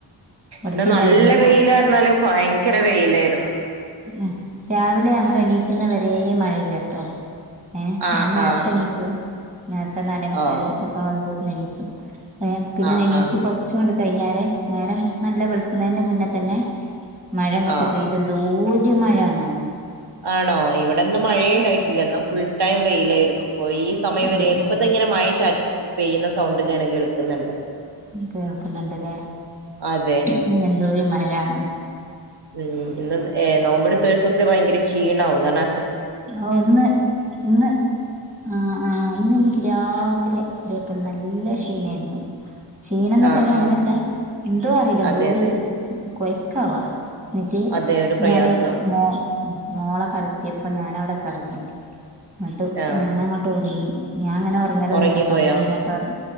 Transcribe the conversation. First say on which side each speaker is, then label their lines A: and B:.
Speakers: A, on the right; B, on the right.
A: ഇവിടക്കുണ്ടായിരുന്നു
B: ഇന്ന് നല്ല
A: കൊ
B: വെയിലാറ്ഞ്ഞാൽ ഭയങ്കര വെയിലായിരുന്നു
A: ഉം രാവിലെ നമ്മൾ എണീക്കുന്ന വരെ മഴയില്ലട്ടോ ഏ
B: ആഹ്
A: ഞാൻ നേരത്തെ
B: ആഹ്
A: എണീക്കും നേരത്തെ നാലെമുക്കാലാവുമ്പോത്തിന്
B: ഓ
A: എണീക്കും ഏ പിന്നെ
B: ആഹ്
A: എനീറ്റ്
B: ആഹ്
A: കുറച്ചുങ്ങട്ട് കഴിഞ്ഞാരെ നേരം നല്ല വെള്ക്കുന്നതിന്റെ മുന്നേ തന്നെ മഴയങ്ങട്ട്
B: ആഹ്
A: പെയ്ത് എന്തോരു മഴ തന്നേ
B: ആണോ ഇവിടിന്ന് മഴയേ ഉണ്ടായിട്ടില്ല. ഇന്ന് ഫുൾ ടൈം വെയിലായിരുന്നു ഇപ്പൊ ഈ സമയം
A: ഉം
B: വരെ ഇപ്പോ
A: ഉം
B: തന്നെ ഇങ്ങനെ മഴ ചാറ്റൽ പെയ്യുന്ന സൗണ്ടിങ്ങനെ കേൾക്കുന്നുണ്ട്.
A: കേൾക്കുന്നുണ്ടല്ലേ
B: അതെ
A: ഇന്നെന്തോരു മഴാണ്
B: ഉം ഇന്ന് ഏ നോമ്പടുത്തോരിക്കൊക്കെ ഭയങ്കര ക്ഷീണാവും കാരണ
A: ഓ ഇന്ന് ഇന്ന് ആ ആഹ് ഇന്നെനിക്ക് രാവിലെ അതേപോലെ നല്ല ക്ഷീണായിരുന്നു ക്ഷീണന്ന്
B: ആഹ്
A: പറയാൻ
B: ആഹ്
A: അങ്ങനല്ല എന്തോ അറിയില്ല
B: അതെ
A: എന്തോരു
B: അതെ
A: കൊയക്കാവാ എന്നിട്ട്
B: അതെ ഒരു പ്രയാസം
A: ഞാന് മോ മോളെ കിടത്തിയപ്പോ ഞാനവിടെ കിടന്നു എന്നിട്ട്
B: ആഹ്
A: ഞാനങ്ങോട്ട് ഉറങ്ങി ഞാൻ അങ്ങനെ ഉറങ്ങലൊന്നുല്ല
B: ഉറങ്ങിപ്പോയോ
A: പകല് വല്ലാണ്ട് ഉറങ്ങി